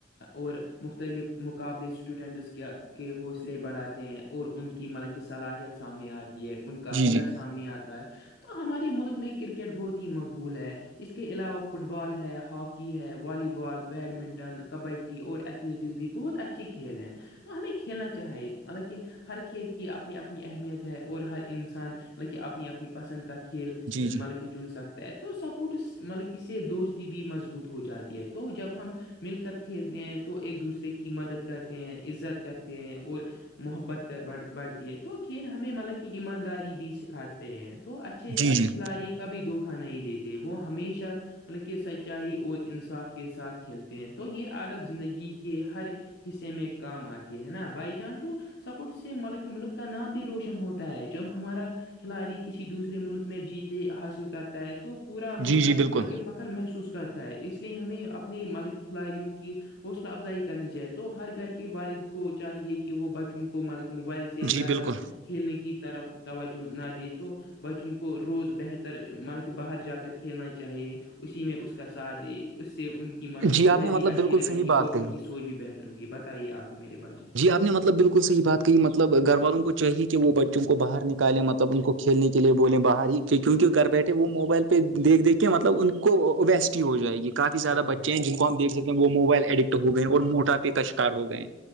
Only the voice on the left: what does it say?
اور مختلف مقابلے اسٹوڈنٹس کے کے حوصلے بڑھاتے ہیں اور ان کی م کی صلاحیت سامنے آتی ہے ان کا ہنر
سامنے آتا تو ہمارے ملک میں کرکٹ بہت ہی مقبول ہے اس کے علاوہ فٹ بال ہے ہاکی ہے والی بال بیڈمنٹن کبڈی اور ایتھلیٹ بھی بہت اچھے کھیل ہیں تو ہمیں کھیلنا چاہی مطلب کہ ہر کھیل کی اپنی اپنی اہمیت ہے اور ہر انسان مطب کہ اپنی اپنی پسند کا کھیل
مطلب
کہ چن سکتا ہے تو سپورٹس مطلب ک سے دوستی بھی مضبوط ہو جاتی ہے تو جب ہم مل کر کھیلتے ہیں تو ایک دوسرے کی مدد کرتے ہیں عزت کرتے ہیں اور محبت بڑھتی ہے تو کھیل ہمیں مطلب کی ایمانداری بھی سکھاتے ہیں تو اچھے
کھلاڑی کبھی دھوکا نہیں دیتے وہ ہمیشہ ان کے سچائی اور انصاف کے ساتھ کھیلتے ہیں تو یہ عادت زندگی کے ہر حصے میں کام آتی ہے نا بائی جان تو سپورٹ سے م ملک کا نام بھی روشن ہوتا ہے جب ہمارا کھلاڑی کسی دوسرے ملک میں جیتے حاصل کرتا ہے تو پورا ملک
فخر محسوس کرتا ہے اس لیے ہمیں اپنے ملک کھلاڑیوں کی حوصلہ افزائی کرنی چاہے تو ہر گھر کے والد کو چاہیے کہ وہ بچوں کو مل کہ موبائل سے سے
زیادہ
کھیلنے کی طرف توجہ نہ دے تو بچوں کو کو روز بہتر مان کہ باہر جا کر کھیلنا چاہیے اسی میں اس کا ساتھ دے اس سے ان کی مل کی
صحت
بھی اچھی
رہے
گی
اور
ان کی سوج بھی بہتر ہوگی بتائیے آپ بھی میرے بھائی جان
ہاں
بھائی
جان